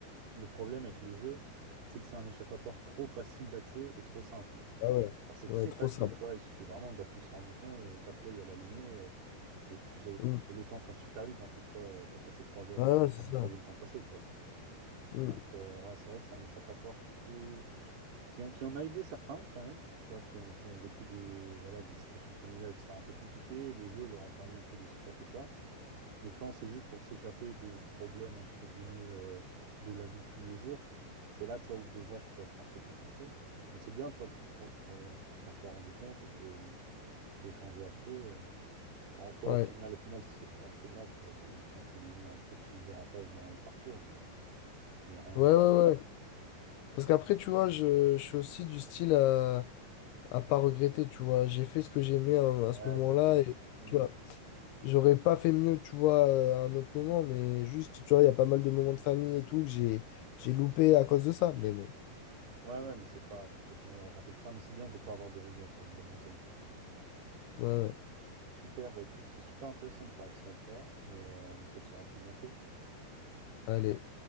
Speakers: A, on the right; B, on the left.
A: Le problème avec les jeux, c'est que c'est un échappatoire trop facile d'accès et trop simple.
B: Ah ouais.
A: Genre, c'est
B: Ouais,
A: très
B: trop
A: facile,
B: simple.
A: tu vois. Il suffit vraiment d'appuyer sur un bouton, euh, ta play, elle est allumée. euh, et tu sais,
B: Mm.
A: et le temps passe super vite. En plus, tu vois, euh, t'as passé trois heures
B: Ouais,
A: dessus,
B: ouais, c'est
A: t'as même
B: ça.
A: pas vu le temps passer, quoi.
B: Mm.
A: Donc, euh, ouais, c'est vrai que c'est un échappatoire qui peut. Qui, en- qui en a aidé certains, quand même. Tu vois, qui ont, qui ont vécu des, voilà, des situations familiales, etc., un peu compliquées. Les jeux leur ont permis un peu de s'échapper de ça. Mais quand c'est juste pour s'échapper de problèmes, entre guillemets, euh, de la vie de tous les jours, c'est là, tu vois, où le dosage peut être un peu compliqué. Mais c'est bien, tu vois, que ton- ton- tu t'en sois rendu compte et que t'aies échangé après. euh. En soi,
B: Ouais.
A: au final, au final, c'est pas très grave, tu vois, c'est juste, entre guillemets, un petit dérapage dans le parcours, mais, mais rien
B: Ouais,
A: de grave.
B: ouais, ouais. Parce qu'après, tu vois, je, je suis aussi du style à, à pas regretter, tu vois. J'ai fait ce que j'aimais à,
A: Ouais,
B: à ce moment-là
A: exactement.
B: et
A: Mm.
B: tu vois, j'aurais pas fait mieux, tu vois, euh, à un autre moment, mais juste, tu vois, il y a pas mal de moments de famille et tout que j'ai, j'ai loupé à cause de ça. Mais bon,
A: Ouais, ouais, mais c'est pas, tu peux toujours le rattraper que ça, mais c'est bien de pas avoir de regrets, t'as une bonne mentalité.
B: ouais, ouais.
A: Super, bah écoute, c'est super intéressant de parler de ça avec toi, et euh, on essaie de se rappeler bientôt.
B: Allez.